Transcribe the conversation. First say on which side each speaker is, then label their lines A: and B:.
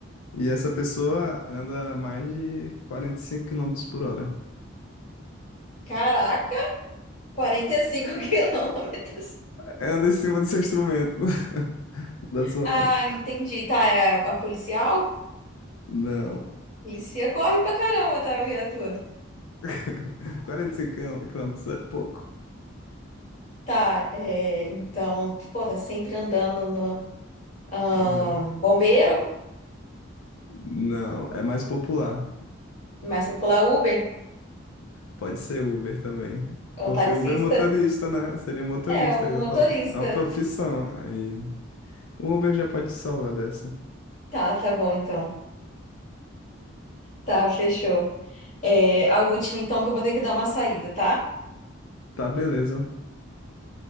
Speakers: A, on the left (about 85°); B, on the left (about 35°).
A: E essa pessoa anda a mais de 45 quilômetros por hora.
B: Caraca, 45 <laughs> quilômetros.
A: Anda em cima do seu instrumento. <laughs> Da sua.
B: Ah, entendi. Tá, é a policial?
A: Não.
B: Polícia corre pra caramba, tá, viatura?
A: <laughs> quarenta e cinco quilômetros é pouco?
B: Tá, é... Então, pô, tá sempre andando no... ahn,
A: Aham.
B: bombeiro?
A: Não, é mais popular.
B: Mais popular Uber?
A: Pode ser Uber também.
B: É
A: Porque
B: um taxista?
A: Uber é motorista, né? Seria motorista,
B: É, um
A: eu
B: motorista.
A: ia falar. É uma profissão. Aí o Uber já pode te salvar dessa.
B: Tá, tá bom então. Tá, fechou. É, a última então que eu vou ter que dar uma saída, tá?
A: Tá, beleza.